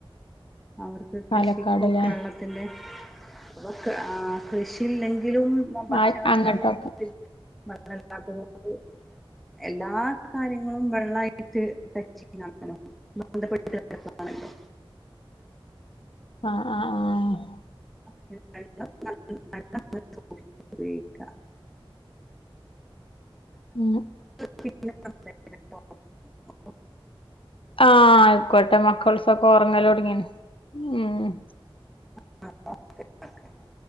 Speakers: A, in the centre; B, on the left (about 65°).
A: അവർക്ക് കൃഷിക്കും
B: പാലക്കാട്ല്ലേ
A: കെ വെള്ളത്തിന്റെ അപ്പൊ ആഹ് കൃഷിയില്ലെങ്കിൽ ഇല്ലെങ്കിലും ഭക്ഷണത്തിന്
B: ആ അങ്ങട്ടൊക്കെ
A: നമ്മൾ ബുദ്ധി വെള്ളല്ലാത്തത് കൊണ്ട് എല്ലാ കാര്യങ്ങളും വെള്ളമായിട്ട് ടച്ച് ചെയനാണല്ലോ ബന്ധപ്പെട്ടിട്ടാണല്ലോ
B: ആഹ് ആഹ് ആഹ്
A: <unintelligible> ഉപയോഗിക്ക
B: ഉം
A: പിന്നെ <unintelligible>
B: ആഹ് കോട്ട മക്കൾസ് ഒക്കെ ഉറങ്ങലോ ട്ങ്ങിണ് ഉം
A: <unintelligible>